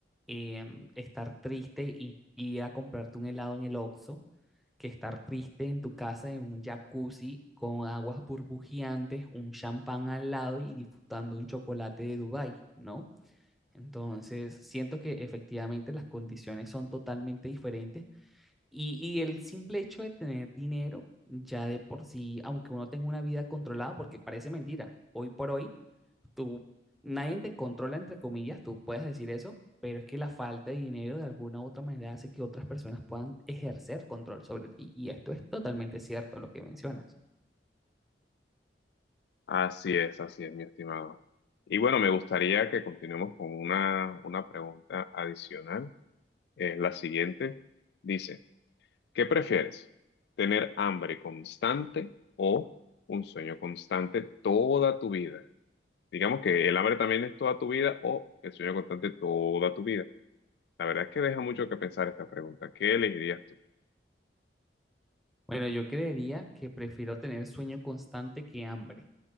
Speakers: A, in the centre; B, on the left (about 65°).
A: em, estar triste y ir a comprarte un helado en el Oxxo que estar triste en tu casa en un jacuzzi con aguas burbujeantes, un champán al lado y disfrutando un chocolate de Dubái, ¿no? Entonces, siento que efectivamente las condiciones son totalmente diferentes. Y, y el simple hecho de tener dinero, ya de por sí, aunque uno tenga una vida controlada, porque parece mentira, hoy por hoy, tú, nadie te controla, entre comillas, tú puedes decir eso, pero es que la falta de dinero de alguna u otra manera hace que otras personas puedan ejercer control sobre ti. Y esto es totalmente cierto, lo que mencionas.
B: Así es, así es, mi estimado. Y bueno, me gustaría que continuemos con una, una pregunta adicional. Eh, la siguiente dice. ¿Qué prefieres? ¿Tener hambre constante o un sueño constante toda tu vida? Digamos que el hambre también es toda tu vida o el sueño constante toda tu vida. La verdad es que deja mucho que pensar esta pregunta. ¿Qué elegirías tú?
A: Bueno, yo creería que prefiero tener sueño constante que hambre.